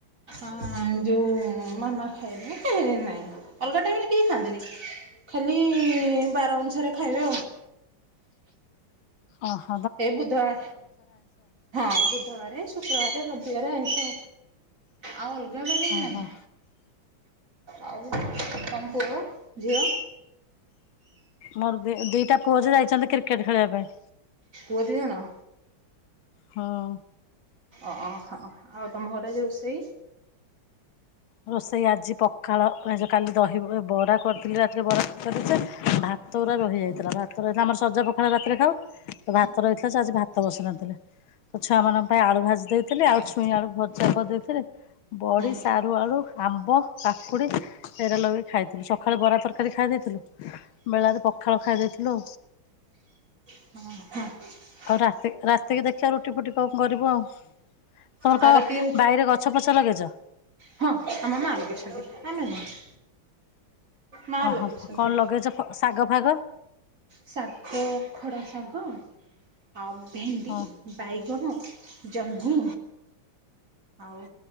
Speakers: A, on the right (about 40°); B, on the left (about 80°).
A: ଆଁ ଯୋଉ ମାମା ଖାଇବେ ନାଇଁ ଅଲଗା ଟାଇମ ରେ କେହି ଖାଆନ୍ତିନି। ଖାଲି ବାର ଅନୁସାରେ ଖାଇବେ ଆଉ।
B: ଓହ
A: ଏ ବୁଧବାର ହଁ ବୁଧବାରେ ଶୁକ୍ରବାରେ ରବିବାରେ ଆଁଇସ ଆଉ ଅଲଗା ବାରେ
B: ଓହୋ।
A: ନାହିଁ ଆଉ ତମ ପୁଅ, ଝିଅ
B: ମୋର ଦି ଦିଇଟା ପୁଅ ଯେ ଯାଇଚନ୍ତି କ୍ରିକେଟ ଖେଳିବା ପାଇଁ।
A: ପୁଅ ଦି ଜଣ।
B: ହଁ।
A: ଓ ହ ଆଉ ତମ ଘରେ ଆଜି ରୋଷେଇ
B: ରୋଷେଇ ଆଜି ପଖାଳ ଏ ଯୋ କାଲି ଦହି ବରା କରିଥିଲି ରାତିରେ ବରା <unintelligible> ଭାତ ଗୋରା ରହିଯାଇଥିଲା। ଭାତ ରହିଲେ ଆମର ସଜପଖାଳ ରାତିରେ ଖାଉ।
A: <inaudible>
B: ଭାତ ରହିଥିଲା ଯେ ଆଜି ଭାତ ବସି ନଥିଲେ। ଛୁଆ ମାନଙ୍କ ପାଇଁ ଆଳୁଭାଜି ଦେଇଥିଲି, ଆଉ ଛୁଁଇ ଆଳୁ ଭଜା କରିଦେଇଥିଲି। ବଡି,
A: ହୁଁ
B: ସାରୁ, ଆଳୁ ଆମ୍ବ କାକୁଡି <unintelligible> ଲଗେଇ ଖାଇଥିଲୁ ସଖାଳେ ବରା ତରକାରୀ ଖାଇଦେଇଥିଲୁ ବେଳାରେ ପଖାଳ ଖାଇ ଦେଇଥିଲ। ଲୋ
A: ହଁ ହ
B: ଆଉ ରାତି ରାତିକି ଦେଖିଆ ରୁଟିଫୁଟି କଣ କରିବୁଆଉ ତମର
A: ଆଉ
B: କ
A: ରାତି
B: ବାଇରେ ଗ ଛ ପଛ ଲଗେଇଚ
A: ହଁ ଆମ <unintelligible> ଆମେ ନୁହଁ ମା
B: ଓହୋ
A: ଲଗେଇଛନ୍ତି
B: କଣ ଲଗେଇଚ ଫ ଶାଗଫାଗ
A: ଶାଗ ଖଡ଼ାଶାଗ ଆଉ ଭେଣ୍ଡି।
B: ହଁ
A: ବାଇଗଣ ଜହ୍ନି ଆଉ